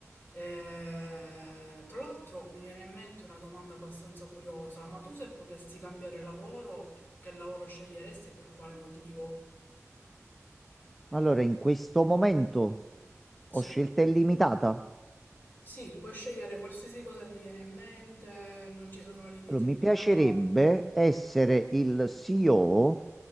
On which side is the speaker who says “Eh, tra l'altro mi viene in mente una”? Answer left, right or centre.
Left